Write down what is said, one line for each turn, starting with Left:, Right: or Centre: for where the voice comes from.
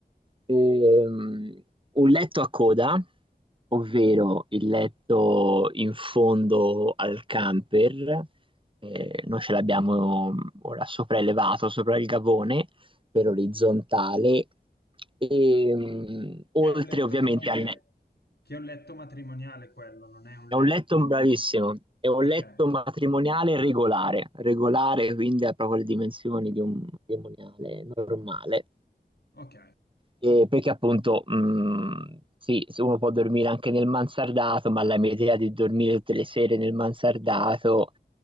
Right: Ehm, un letto a coda, ovvero il letto in fondo al camper, eh, noi ce l'abbiamo ora sopraelevato sopra il gavone per orizzontale, e, mm, oltre
Left: Che è un letto
Right: ovviamente
Left: comunque,
Right: al,
Left: che è un letto matrimoniale quello, non è un
Right: è
Left: letto...
Right: un letto bravissimo, è un
Left: Ok,
Right: letto matrimoniale regolare, regolare quindi ha proprio le dimensioni di un matrimoniale normale,
Left: ok.
Right: e perché appunto, mh, sì, se uno può dormire anche nel mansardato, ma la mia idea di dormire tutte le sere nel mansardato,